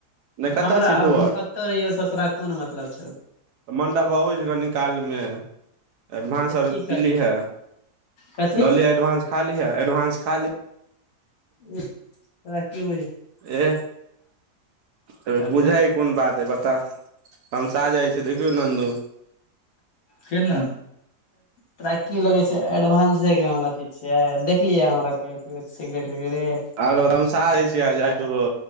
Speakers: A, on the right; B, on the left.
A: नहि कतऽ
B: हमरा
A: छी
B: आब
A: तू
B: हम
A: आर
B: कतहु रहियौ, तोरा कोन मतलब छौ?
A: तऽ मण्डप अबै छै कनिकालय मे एडवान्स
B: तऽ
A: आर
B: की करियै
A: पी लिहे
B: कथी
A: लऽ लिहे एडवान्स खा लीहऽ एडवान्स खा लीह
B: एह तोरा कि बुझे
A: ए पूजा
B: हेलो
A: हइ कोन बात है, बता तममसा जाइ छ देखियौ नन्दू
B: केना तरा की लगे छै एडवानंसथ के हम अथि छिये द देखलिये हमरा कईओ पियत सिगरेट वगरेट
A: आर धनशाह <unintelligible> छी उहो